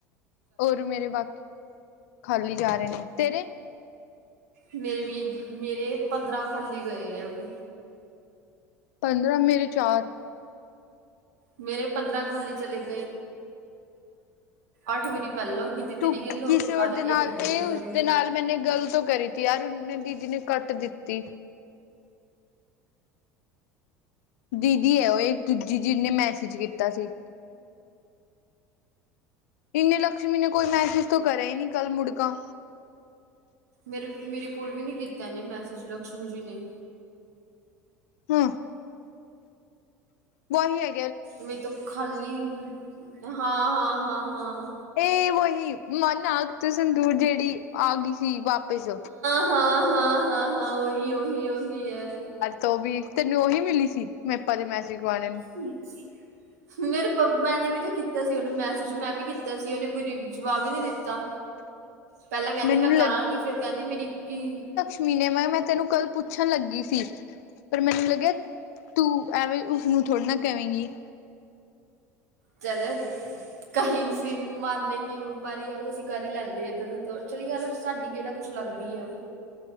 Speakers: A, on the left; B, on the right.
A: ਹੋਰ ਮੇਰੇ ਬਾਕੀ, ਖਾਲੀ ਜਾ ਰਹੇ ਨੇ, ਤੇਰੇ
B: ਮੇਰੇ ਵੀ, ਮੇਰੇ ਪੰਦਰਾਂ ਖਾਲੀ ਗਏ ਹੈ ਅ
A: ਪੰਦਰਾਂ, ਮੇਰੇ ਚਾਰ
B: ਮੇਰੇ ਪੰਦਰਾਂ ਖਾਲੀ ਚਲੇ ਗਏ, ਅੱਠ ਵਾਰੀ ਪਹਿਲਾਂ ਗ ਤੇਰੀ
A: ਤੂੰ
B: ਗੱਲਓ
A: ਕਿਸੇ
B: ਯ
A: ਹੋਰ ਦੇ
B: ਇਹ
A: ਨਾਲ
B: ਹੀ ਬੁੱਕਰੀ
A: ਉਸਦੇ
B: ਆ ਮੰਨਨੀ
A: ਨਾਲ
B: <unintelligible>
A: ਮੈਨੇ ਗਲ ਤੋਂ ਕਰੀ ਥੀ ਯਾਰ, ਉਨੇ ਦੀਦੀ ਨੇ ਕੱਟ ਦਿੱਤੀ। ਦੀਦੀ ਹੈ ਉਹ, ਇਹ ਦੂਜੀ ਜਿਹਨੇ ਮੈਸੇਜ ਕੀਤਾ ਸੀ। ਇੰਨੇ ਲਕਸ਼ਮੀ ਨੇ ਕੋਈ ਮੈਸੇਜ ਤੋਂ ਕਰਿਆ ਹੀ ਨਹੀਂ ਕੱਲ ਮੁੜਕਾ
B: ਮੇਰੇ ਕੋਲ ਵੀ ਨਹੀਂ ਕੀਤਾ ਐਨੇ ਮੈਸੇਜ, ਲਕਸ਼ਮੀ ਜੀ ਨੇ।
A: ਹੂ ਵਹੀ ਹੈ
B: ਮੈਂ ਤੋ ਖਾਲੀ, ਹਾਂ ਹਾਂ ਹਾਂ ਹਾਂ
A: ਇਹ ਵਹੀ ਮ ਨਾਕ ਤੇ ਸੰਦੂਰ ਜਿਹੜੀ ਆ ਗਈ ਸੀ ਵਾਪਿਸ
B: ਹਾਂ ਹਾਂ ਹਾਂ ਹਾਂ ਹੀ ਓਹੀ ਉਹੀ ਹੈ
A: ਤੋ ਵੀ ਤੈਨੂੰ ਉਹੀ ਮਿਲੀ ਸੀ, ਮੈਂਪਾ ਦੇ ਮੈਸ ਗਵਾਣੇ ਨੂੰ
B: <unintelligible> ਮੈ ਨੇ ਵੀ ਤਾਂ ਕੀਤਾ ਸੀ ਉਹਨੂੰ ਮੈਸੇਜ, ਮੈਂ ਵੀ ਕੀਤਾ ਸੀ, ਉਹਨੇ ਕੋਈ ਜਵਾਬ ਹੀ ਨਹੀਂ ਦਿੱਤਾ। ਪਹਿਲਾਂ ਕਹਿੰਦੀ
A: ਮੈਨੂੰ
B: ਮੈਂ ਕਰਾਂਗੀ, ਫੇਰ ਕਹਿੰਦੀ ਮੇਰੀ ਕੀ
A: ਮਹੀਨੇ ਮੈਂ, ਮੈਂ ਤੈਨੂੰ ਕੱਲ ਪੁੱਛਣ ਲੱਗੀ ਸੀ ਪਰ ਮੈਨੂੰ ਲੱਗਿਆ ਤੂੰ ਐਵੇਂ, ਉਸਨੂੰ ਥੋੜ੍ਹੀ ਨਾ ਕਵੇਂਗੀ
B: ਚਲ ਕਹੀ ਅਸੀ ਮਾਰਨ ਕੀ ਬਿਮਾਰੀ ਆ, ਤਾਂ ਅਸੀਂ ਕਰ ਹੀ ਲੈਂਦੀ ਇਦਰ, ਚੱਲ ਯਾਰ ਸਾਡੀ ਕੇੜਾ ਕੁਛ ਲੱਗਦੀ ਹੈ, ਉਹ